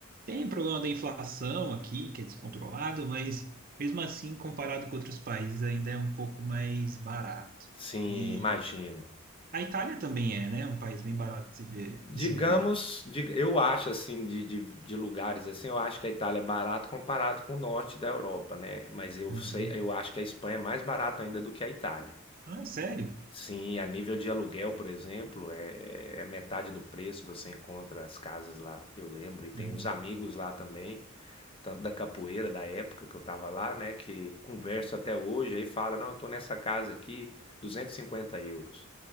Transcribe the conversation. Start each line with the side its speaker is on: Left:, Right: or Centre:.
Right: Tem o problema da inflação aqui, que é descontrolado, mas mesmo assim, comparado com outros países, ainda é um pouco mais barato.
Left: sim,
Right: E
Left: imagino.
Right: a Itália também é, né? Um país bem barato de se ver,
Left: Digamos,
Right: de se viver.
Left: dig- eu acho assim, de, de, de lugares assim, eu acho que a Itália é barato comparado com o norte da Europa, né? Mas eu
Right: Uhum.
Left: sei, eu acho que a Espanha é mais barato ainda do que a Itália.
Right: Ah, é sério?
Left: Sim, a nível de aluguel, por exemplo, é, é metade do preço, você encontra as casas lá, eu lembro, e tem
Right: Uhum.
Left: uns amigos lá também tanto da capoeira da época que eu tava lá, né, que converso até hoje, aí fala, não, eu tô nessa casa aqui, 250 euros.